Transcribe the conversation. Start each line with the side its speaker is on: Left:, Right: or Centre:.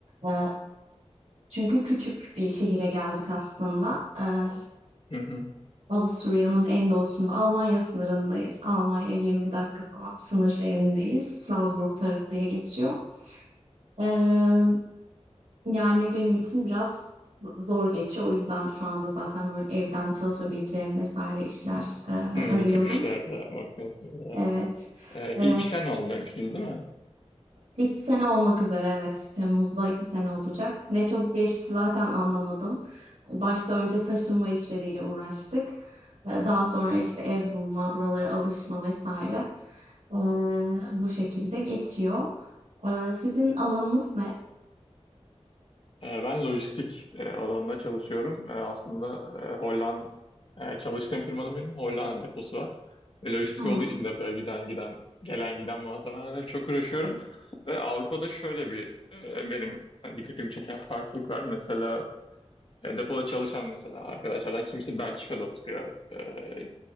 Right: Ee, çünkü küçük bir şehire geldik aslında. Ee,
Left: hı hı.
Right: Avusturya'nın en doğusunda, Almanya sınırındayız. Almanya 20 dakika falan sınır şehrindeyiz. Salzburg tarafı diye geçiyor. Ee, Yani benim için biraz zor geçiyor. O yüzden şu anda zaten böyle evden çalışabileceğim vesaire işler e,
Left: Hı,
Right: arıyorum.
Left: bu tür işlerde bakıyorsunuz.
Right: Evet.
Left: Ee,
Right: E,
Left: ilk sen ol demiştiniz değil mi?
Right: iki sene olmak üzere evet. Temmuz'da iki sene olacak. Ne çabuk geçti zaten anlamadım. Başta önce taşınma işleriyle uğraştık. E, Daha sonra işte ev bulma, buralara alışma vesaire. E, bu şekilde geçiyor. E, sizin alanınız ne?
Left: Ee, ben lojistik e, alanında çalışıyorum. Ee, aslında e, Holland e, çalıştığım firmanın benim Hollanda deposu var. E, lojistik
Right: Hmm,
Left: olduğu için depoya giden giden gelen giden malzemelerle çok uğraşıyorum. Ve Avrupa'da şöyle bir e, benim yani dikkatimi çeken farklılık var. Mesela e, depoda çalışan mesela arkadaşlardan kimisi Belçika'da oturuyor. E,